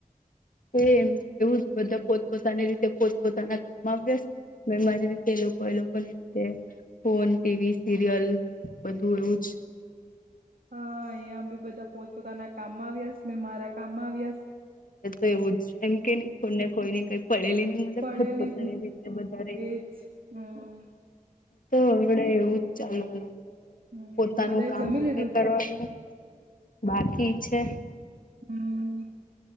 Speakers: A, on the left; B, on the right.
A: એમ એવું જ બધા પોતપોતાની રીતે પોત પોતાના કામમાં વ્યસ્ત મે મારી રીતે લોકો. કો એ લોકોની રીતે ફોન ટીવી સિરિયલ બધું એવું જ.
B: હા અહંયા બી બધા પોતપોતાના કામમાં આવ્યાસ મે મારા કામમાં આવ્યાસ.
A: તો એવું જ એમ કે નહી કોને કોઈની કઈ પડેલી નહી
B: પડેલી
A: મારી રીતે વધારે.
B: જ હમ્મ.
A: તો હવડે એવું જ ચાલવાનું.
B: હમ
A: પોતાનું
B: બધા
A: કામ
B: જમી
A: પોતે
B: લીધું
A: કરવાનું બાકી છે.
B: હમ્મ